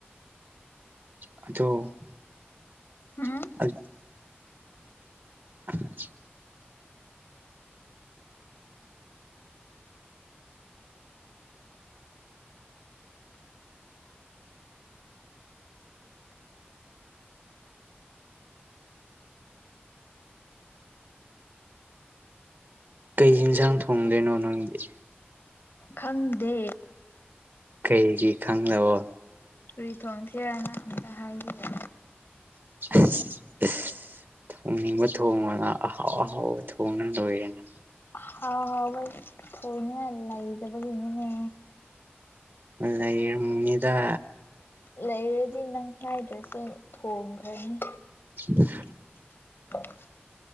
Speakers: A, on the right; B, on the left.
A: ꯑꯗꯣ
B: ꯎꯝ
A: <inaudible> <inaudible> ꯀꯩ ꯏꯟꯁꯥꯡ ꯊꯣꯡꯗꯣꯏꯅꯣ ꯅꯪꯗꯤ
B: ꯈꯪꯗꯦ
A: ꯀꯩꯒꯤ ꯈꯪꯗꯕꯣ
B: ꯀ꯭ꯔꯤ ꯊꯣꯡꯁꯤꯔꯅ ꯑꯃꯇ ꯍꯥꯏꯕꯤꯌꯣ
A: <unintelligible> ꯊꯣꯡꯅꯤꯡꯕ ꯊꯣꯡꯑꯣꯅꯥ ꯑꯍꯥꯎ ꯑꯍꯥꯎꯕ ꯊꯣꯡꯅ ꯂꯣꯏꯔꯦꯅ
B: ꯍꯥꯎ ꯍꯥꯎꯕ ꯊꯣꯡꯅꯤꯡꯉꯥꯏ ꯂꯩꯇꯕꯒꯤꯅꯤꯅꯦ
A: ꯂꯩꯔꯝ ꯃꯤꯗ
B: ꯂꯩꯔꯗꯤ ꯅꯪ ꯍꯥꯏꯗ꯭ꯔꯁꯨ ꯊꯣꯡꯈ꯭ꯔꯅꯤ
A: <inaudible>
B: <inaudible>